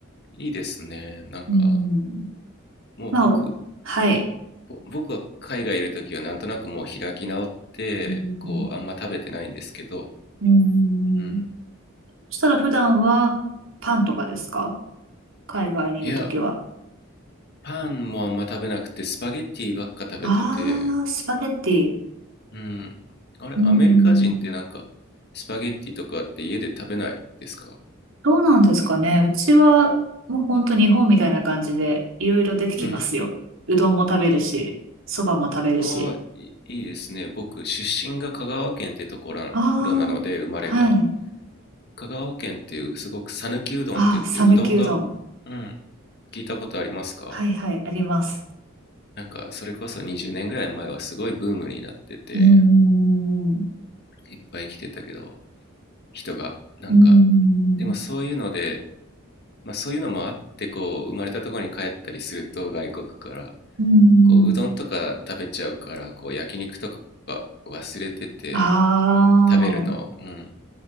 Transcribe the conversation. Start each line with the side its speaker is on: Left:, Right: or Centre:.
Left: いいですね。なんか、
Right: うん。
Left: もう僕、
Right: まあ、はい。
Left: ぼ僕は海外いるときはなんとなくもう開き直って、
Right: うん。
Left: こう、あんま食べてないんですけど、
Right: うんう
Left: うん。
Right: んうん。そしたら普段はパンとかですか海外にいるときは。
Left: いや、パンもあんま食べなくて、スパゲッティばっか食べてて、
Right: ああ、スパゲッティ。
Left: うん。あれ、
Right: うーん。
Left: アメリカ人ってなんか、スパゲッティとかって家で食べないですか
Right: どうなんですかね。うちは、もう本当日本みたいな感じで、いろいろ出てきますよ。
Left: うん。
Right: うどんも食べるし、そばも食べるし。
Left: ああ、いいいですね。僕、出身が香川県ってところなので、
Right: ああ、
Left: 生まれが。
Right: はい。
Left: 香川県っていう、すごく讃岐うどんって言って、
Right: ああ、讃岐うどん。
Left: うどんが、うん、聞いたことありますか
Right: はいはい、あります。
Left: なんか、それこそ20年ぐらい前はすごいブームになってて、
Right: うーん。う
Left: いっぱい来てたけど、人が、なんか、
Right: ーん。
Left: でもそういうので、まあそういうのもあって、こう、生まれたところに帰ったりすると、外国から、
Right: うーん。
Left: こううどんとか食べちゃうからこう焼肉とか忘れてて
Right: ああ、
Left: 食べるの、うん、